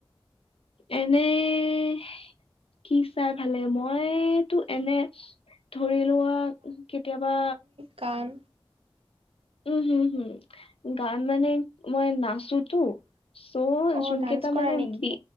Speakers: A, on the left; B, on the right.
A: এনেই। কি চাই ভাল লাগে মইতো এনে ধৰি লোৱা কেতিয়াবা।
B: কান।
A: উম হম হম গান মানে মই নাচোতো। চ'
B: অ
A: যোন
B: ডান্স
A: কেইটা
B: কৰা
A: মানে
B: নেকি
A: বি